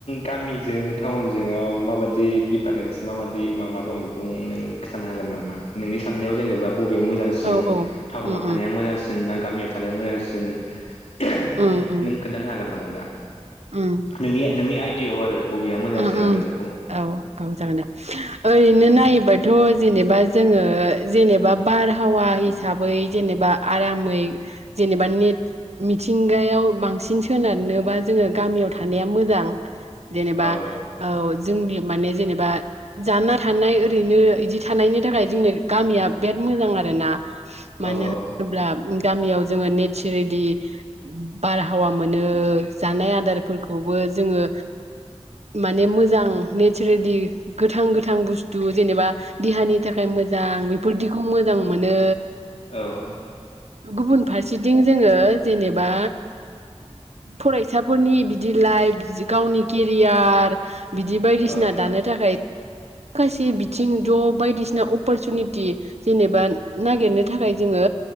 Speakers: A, on the left; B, on the right.
A: गामिजों टाउनजोंआव माबायदि दिफारेन्स माबायदि माबा दं बे खौ नों खिथानो हागोन नामा नोंनि साननायाव जेनेबा बबे मोजां जों
B: औ औ
A: टाउनाव
B: उम
A: थानाया
B: उम
A: मोजांसिन ना गामियाव थानाया मोजांसिन बेखौ
B: उम उम
A: नों खोन्थानो हागोन नामा दा
B: उम
A: नोंनि नोंनि आइडियायाव आरो बबेया मोजांसिन
B: उम उम
A: आरो बेखौ
B: औ औ जागोन दे ओरैनो
A: औ
B: नायोबा थ' जेनेबा जोङो जेनेबा बारहावा हिसाबै जेनेबा आरामै जेनेबा नेट मिथिंगायाव बांसिन सोनारनोबा जोङो गामियाव थानाया मोजां। जेनेबा
A: औ
B: औ जोंनि माने जेनेबा जानना थानाय ओरैनो इदि थानायनि थाखाय जोंनि गामिया बेद मोजां आरो ना।
A: औ
B: मानो होनोब्ला बु गामियाव जोङो नेच्चेरेलि बारहावा मोनो। जानाय आदारफोरखौबो जोङो माने मोजां नेच्चेरेलि गोथां गोथां बुस्थु जेनेबा देहानि थाखाय मोजां बेफोरदिखौ मोजां मोनो
A: औ
B: गुबुन फारसेथिं जोङो जेनेबा फरायसाफोरनि बिदि लाइफ गावनि केरियार बार बिदि बायदिसिना
A: औ
B: दानो थाखाय माखासे बिथिं द' बायदिसिना अपरचुनिटि जेनेबा नागिरनो थाखाय जोङो